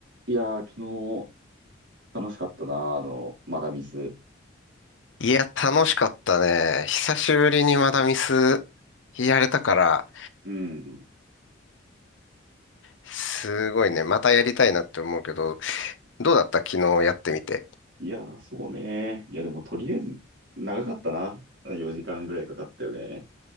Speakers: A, on the right; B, on the left.
A: いやー、昨日楽しかったな、あの、まだミス。
B: いや、楽しかったね。久しぶりにまだミスやれたから、
A: うん。
B: すごいね。またやりたいなって思うけど、どうだった昨日やってみて。
A: いやー、そうね。いや、でもとりあえず、長かったな。4時間ぐらいかかったよね。